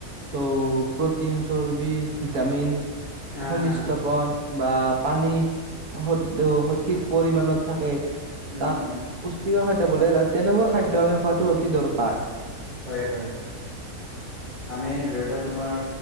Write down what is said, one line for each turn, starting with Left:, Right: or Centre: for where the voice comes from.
Right: টো প্ৰটিন, চৰ্বি, ভিটামিন।
Left: আহ
Right: খনিচ
Left: আহ
Right: লৱন বা পানীক সদো সঠিক মানত থাকে
Left: উম
Right: তাক
Left: উম
Right: পুষ্টিকৰ খাদ বোলে তাত, তেনেবোৰ খাদ্য আমি খোৱাটো অতি দৰকাৰ।
Left: হয়, হয়, হয়। আমি ধৰি লৱা তোমাৰ